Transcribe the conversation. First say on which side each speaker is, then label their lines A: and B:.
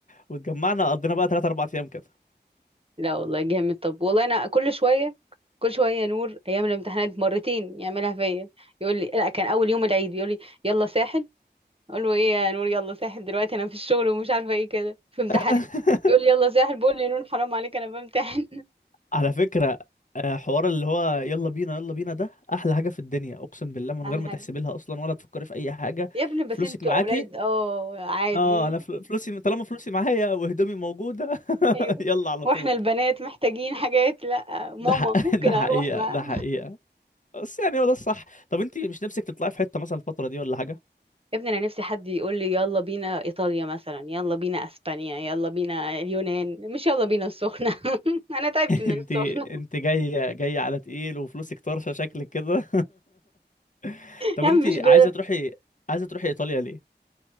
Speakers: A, on the left; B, on the right.
A: واتجمعنا قضينا بقى 3 4 ايام كده
B: لا والله جامد طب والله انا كل شويه كل شويه يا نور ايام الامتحانات مرتين يعملها فيا يقول لي لا كان اول يوم العيد بيقول لي يلا ساحل اقول له ايه يا نور يلا ساحل دلوقتي انا في الشغل ومش عارفه ايه كده في امتحانات
A: <laughs>
B: يقول لي يلا ساحل بقول له يا نور حرام عليك انا بمتحن
A: على فكرة آه، حوار اللي هو يلا بينا يلا بينا ده احلى حاجة في الدنيا اقسم بالله من
B: <laughs> احلى
A: غير ما
B: حاجه
A: تحسبي لها اصلا ولا تفكري في اي حاجة
B: يا ابني بس
A: فلوسك
B: انتوا
A: معاكي
B: اولاد اه عادي
A: اه انا فل- فلوسي طالما فلوسي معايا وهدومي موجودة <laughs>
B: ايوه
A: يلا على
B: واحنا
A: طول
B: البنات محتاجين حاجات لا ماما
A: ده حق... <laughs>
B: ممكن
A: ده حقيقة
B: اروح ما
A: ده حقيقة بس يعني هو ده الصح طب انت مش نفسك تطلعي في حتة مثلا الفترة دي ولا حاجة
B: يا ابني انا نفسي حد يقول لي يلا بينا ايطاليا مثلا يلا بينا اسبانيا يلا بينا اليونان مش يلا بينا السخنه <laughs> انا تعبت
A: <laughs>
B: من
A: انت
B: السخنه
A: انت جاي جاي على تقيل وفلوسك طرشه شكلك كده <laughs> طب
B: يا
A: انت
B: عم مش ب...
A: عايزه تروحي عايزه تروحي ايطاليا ليه